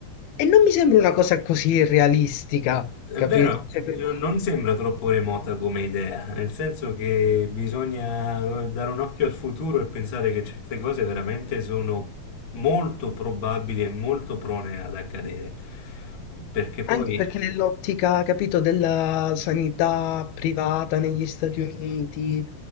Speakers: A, on the left; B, on the left.
A: E non mi sembra una cosa così irrealistica,
B: È
A: capito?
B: vero,
A: Cioè, per-
B: non sembra troppo remota come idea, nel senso che bisogna dare un occhio al futuro e pensare che certe cose veramente sono molto probabili e molto prone ad accadere, perché poi...
A: anche perché nell'ottica, capito, della sanità privata negli Stati Uniti,